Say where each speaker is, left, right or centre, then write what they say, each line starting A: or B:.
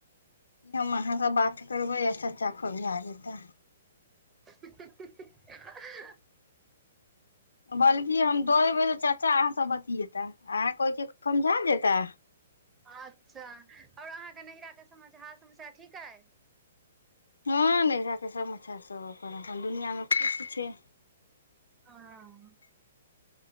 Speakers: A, on the left; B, on the right.
A: हम अहाँ से बात करबै आ चाचा खूब भए जेताै
B: <inaudible>
A: बल्की हम दऽ एबै तऽ चाचा अहाँ सँ बतियेताे अहाँ कहहिके समझा देता
B: अच्छा और अहाँके न‌हिरा के सम हाल समाचार ठीक होइ
A: हँ नहिरा के समाचार सब अपन अपन दुनिया मे किछ छै
B: हँ